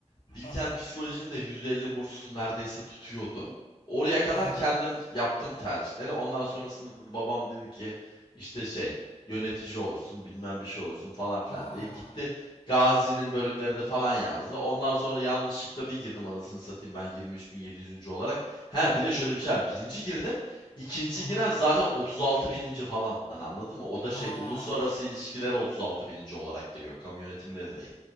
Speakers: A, on the left; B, on the left.
A: Bilkent
B: Aha.
A: Psikoloji'nin de %50 bursu neredeyse tutuyordu. Oraya kadar
B: Ha.
A: kendim yaptım tercihleri. Ondan sonrasında babam dedi ki işte şey yönetici olursun bilmem bir şey olursun falan filan
B: Ha.
A: diye gitti. Gazi'nin bölümlerinde falan yazdı. Ondan sonra yanlışlıkla bir girdim anasını satayım ben 23.700. olarak. Ha bir de şöyle bir şey var. Birinci girdim. ikinci
B: Aha.
A: giren zaten 36 bininci falan. Hani anladın mı? O da şey
B: Ha.
A: uluslararası ilişkilere 36 bininci olarak giriyor. Kamu yönetimine de değil